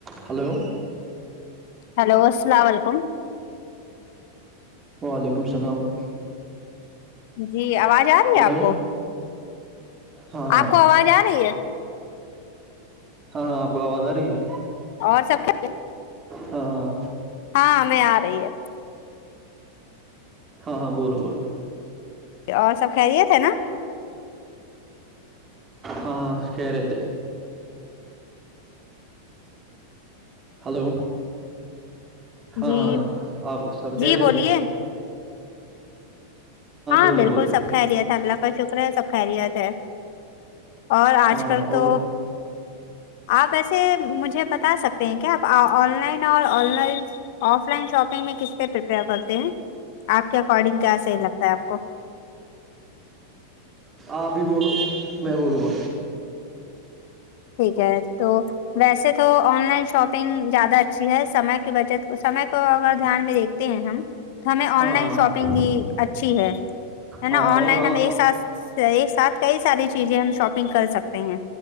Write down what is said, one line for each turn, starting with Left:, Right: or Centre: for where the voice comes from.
Right: hello
Left: hello السلام علیکم
Right: وعلیکم السلام
Left: جی آواز آ رہی
Right: ہلو
Left: ہے آپ کو
Right: ہاں ہاں
Left: آپ
Right: ہاں
Left: کو آواز آ رہی ہے
Right: ہاں آپ کو آواز آ رہی ہے
Left: اور سب کھی
Right: ہاں ہاں
Left: ہاں ہمیں آ رہی ہے
Right: ہاں ہاں بولو بولو
Left: اور سب خھریے تھے نا
Right: ہاں خ رہ تھ ہلو ہاں
Left: جی
Right: ہاں آپ سب کہہ
Left: جی
Right: رہے
Left: بولیے
Right: تھے
Left: ہاں
Right: بولو
Left: بالکل
Right: بولو
Left: سب کھا رہیا تھا اللہ س کا شکر ہے سب خیریت ہے اور آج
Right: ہاں
Left: کل
Right: ہاں
Left: تو
Right: اور
Left: آپ ویسے مجھے بتا سکتے ہیں کیا آپ آن لائن اور online offline shopping میں کس پہ پریپیئر کرتے ہیں آپ کے اکارڈنگ کیا صحیح لگتا ہے آپ کو
Right: آپ بھی بولو میں بولوں گا
Left: ٹھیک ہے تو ویسے تو آن لائن شاپنگ زیادہ اچھی ہے سمے کی بچت سمے کو اگر دھیان میں دیکھ ہیں ہم تو ہمیں آن
Right: ہاں
Left: لائن
Right: ہاں
Left: شاپنگ بھی اچھی ہے ہے نا
Right: ہاں
Left: آن
Right: اور
Left: لائن
Right: ہاں
Left: ہم ایک ساتھ ایک ساتھ کئی ساری چیزیں ہم شاپنگ کر سکتے ہیں